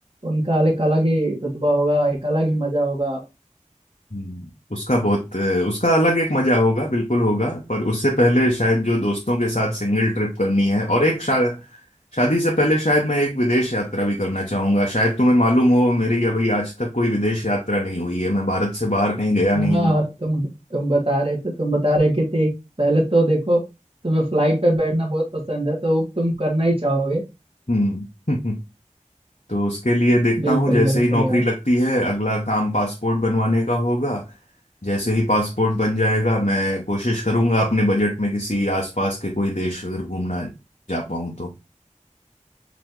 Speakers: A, on the right; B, on the left.
A: उनका एक अलग ही रुतबा होगा एक अलग ही मजा होगा
B: हम्म, उसका बहुत अ, उसका अलग एक मजा होगा बिल्कुल होगा पर उससे पहले शायद जो दोस्तों के साथ सिंगल ट्रिप करनी है और एक शा, शादी से पहले शायद मैं एक विदेश यात्रा भी करना चाहूंगा शायद तुम्हें मालूम हो मेरी अभी आज तक कोई विदेश यात्रा नहीं हुई है मैं भारत से बाहर कहीं गया नहीं
A: हाँ
B: हूँ
A: हाँ तुम तुम बता रहे थे तुम बता रहे कि थे पहले तो देखो तुम्हें फ्लाइट पे बैठना बहुत पसंद है तो वो तुम करना ही चाहोगे
B: हम्म <laughs> तो उसके लिए देखता
A: बिल्कुल
B: हूँ जैसे
A: बिल्कुल
B: ही नौकरी
A: यार
B: लगती है अगला काम पासपोर्ट बनवाने का होगा जैसे ही पासपोर्ट बन जाएगा मैं कोशिश करूंगा अपने बजट में किसी आसपास के कोई देश अगर घूमना जा पाऊं तो।